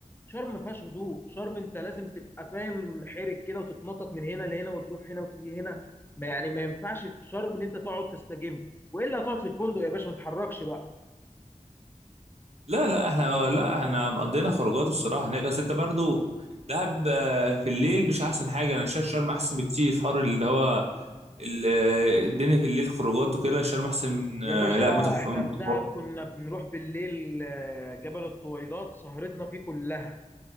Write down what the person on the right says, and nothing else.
لا لا احنا لا احنا قضينا خروجات الصراحه هناك اصل انت برضو دهب آه، في الليل مش احسن حاجه انا شايف شرم احسن بكتير في حر اللي هو ال- آه، الدنيا في الليل خروجات وكده شرم احسن من
آه،
لا ما تف-
ما
تفهمش